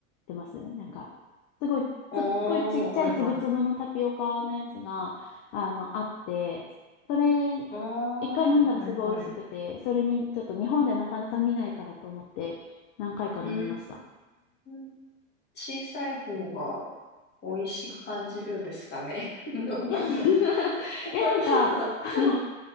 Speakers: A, on the left; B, on the left.
A: てますなんか、すごい、
B: ああ、
A: すっごいちっちゃいつぶつぶのタピオカのやつが、
B: はいはい。
A: あの、あって、それ、
B: ああ、
A: 一回飲んだらすごい美味しくて、
B: はいはい。
A: それにちょっと日本でなかなか見ないからと思って、何回か飲みました。
B: うーん。小さい方が美味しく感じるんですかね。<laughs> どうなんだろう。
A: <laughs> いや、<laughs> いやなんか、
B: <laughs>
A: あの、